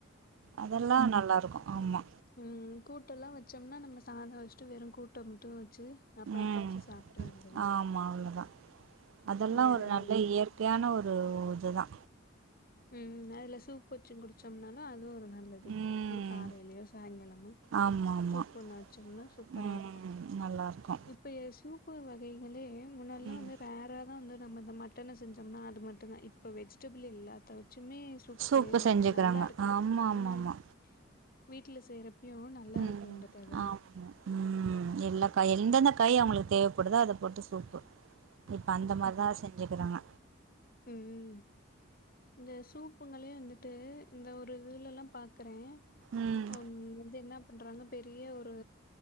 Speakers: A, on the right; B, on the left.
A: அதெல்லா நல்லா இருக்கு ஆமா
B: உம் கூட்டல்லா வச்சோம்னா நம்ம சாப் அத வச்சட்டு வெறு கூட்ட மட்டு வச்சு அப்பளத்த
A: உம்
B: வச்சு சாப்ட்ற வேண்டியதா
A: ஆமா அவ்ளோதா அதெல்லா
B: வேற
A: ஒரு
B: எதுவு
A: நல்ல
B: இது பண்
A: இயற்கையான ஒரு இதுதா
B: உம் அதுல சூப்பு வச்சு குடி வச்சோம்னாலு அதுவு ஒரு நல்லது
A: ம்
B: ஒரு காலையிலயோ சாயங்காலமோ
A: ஆமா ஆமா
B: சூப்பு ஒண்ணு வச்சோம்னா சூப்பரா
A: ம்
B: இருக்கு
A: நல்லா இருக்கு
B: இப்ப சூப்பு வகைகளே முன்னெல்லா
A: ம்
B: வந்து ரேரா த வந்து நம்ம இந்த மட்டன செஞ்சோம்னா அது மட்டும் த இப்ப வெஜ்டபுள் எல்லா ச்சுமே சூப்
A: சூப்பு
B: செய்யறாங்க
A: செஞ்சுக்கிறாங்க
B: நல்லா இருக்கு
A: ஆமா
B: உம்
A: ஆமா ஆமா
B: வீட்டுல செய்யற ஐயோ நல்லா
A: ம்
B: இருக்கு வந்துட்டு இதெல்லா
A: ஆமா ம் எல்லா காய் எந்தெந்த காய் அவங்களுக்கு தேவப்படுதோ அத போட்டு சூப்பு இப்ப அந்த மாதிரித செஞ்சுக்கறாங்க
B: உம் இந்த சூப்புங்களே வந்துட்டு இந்த ஒரு இதுல எல்லா பாக்குறே
A: ம்
B: வந்து என்ன பண்றாங்க பெரிய ஒரு